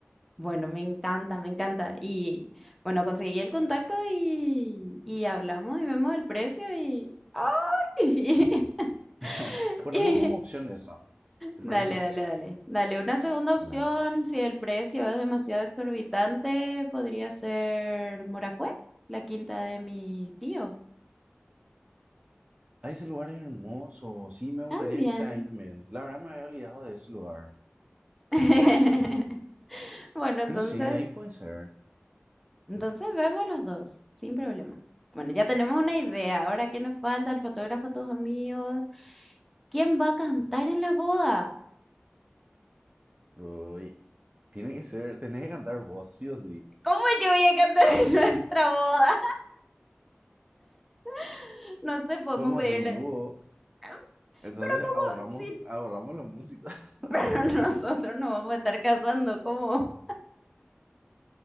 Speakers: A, in the centre; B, on the right (about 35°).
A: bueno, me encanta, me encanta. Y bueno, conseguí el contacto y, y hablamos y vemos el precio y... ¡Ay! <laughs>
B: <laughs> Ponemos
A: Y,
B: como opción esa, ¿te
A: Dale,
B: parece?
A: dale, dale. Dale, una segunda
B: Dale.
A: opción, si el precio es demasiado exorbitante, podría ser Moracué, la quinta de mi tío.
B: Ah, ese lugar es hermoso, sí, me gustaría
A: También.
B: que sea ahí también. La verdad me había olvidado de ese lugar.
A: <laughs> Bueno, entonces,
B: Pero sí, ahí puede ser.
A: entonces vemos los dos, sin problema. Bueno, ya tenemos una idea. Ahora, ¿qué nos falta? El fotógrafo, tus amigos. ¿Quién va a cantar en la boda?
B: Uy, tiene que ser, tenés que cantar vos, sí o sí.
A: ¿Cómo yo voy a cantar en nuestra boda? <laughs> No sé, podemos
B: podemos
A: pedirle.
B: hacer un dúo,
A: "Ah,
B: entonces
A: Pero ¿cómo?
B: ahorramos,
A: Sí,
B: ahorramos los músicos. <laughs>
A: Pero <laughs> nosotros nos vamos a estar casando, ¿cómo?